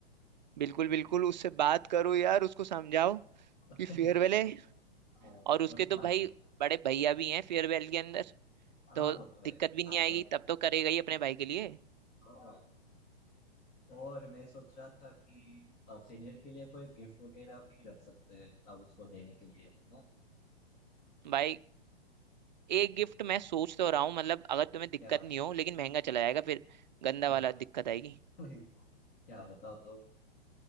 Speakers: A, on the right (about 50°); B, on the left (about 30°).
A: बिल्कुल बिल्कुल उससे बात
B: हाँ
A: करो यार उसको समझाओ
B: <laughs>
A: कि फेयरवेल है
B: हाँ,
A: और उसके
B: वो तो
A: तो
B: मान
A: भाई
B: जाएगा
A: बड़े भैया भी हैं फेयरवेल के अंदर
B: हाँ
A: तो
B: वो तो है
A: दिक्कत भी नहीं
B: आएगा
A: आएगी
B: ही
A: तब तो करेगा ही अपने भाई के लिए
B: हाँ और मैं सोच रहा था कि सीनियर के लिए कोई गिफ्ट वगैरह भी रख सकते हैं अब उसको देने के लिए ना
A: भाई एक गिफ्ट मैं सोच तो रहा हूँ मतलब अगर तुम्हें दिक्कत
B: क्या
A: नहीं हो लेकिन महंगा चला जाएगा फिर गंदा
B: क्या
A: वाला दिक्कत
B: <laughs>
A: आएगी
B: क्या बताओ तो